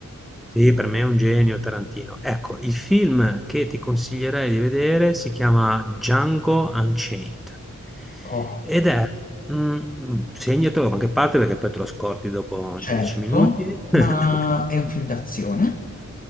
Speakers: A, in the centre; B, on the left.
A: Sì, per me è un genio Tarantino. Ecco, il film che ti consiglierei di vedere si chiama Django Unchained
B: Oh,
A: ed è, mm, segnatelo da qualche parte perché poi te lo scordi dopo
B: certo,
A: dieci minuti. <laughs>
B: ma è un film d'azione,